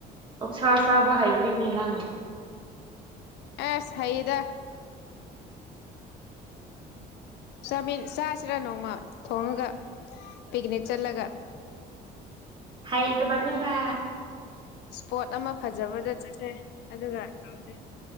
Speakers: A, on the right; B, on the left.
A: ꯑꯣꯛꯁꯥ ꯆꯥꯕ ꯍꯩꯕ꯭ꯔꯥꯅꯤꯅꯪ
B: ꯑꯦ ꯁꯍꯤꯗ
A: <unintelligible>
B: ꯆꯥꯃꯤꯟ ꯆꯥꯁꯤꯔꯥ ꯅꯣꯡꯃ ꯊꯣꯡꯉꯒ ꯄꯤꯛꯅꯤꯛ ꯆꯠꯂꯒ
A: ꯍꯣꯏꯠ ꯅꯤꯗ
B: ꯏꯁꯄꯣꯠ ꯑꯃ ꯐꯖꯕꯗ ꯆꯠꯁꯦ ꯑꯗꯨꯒ ꯇꯧꯁꯩ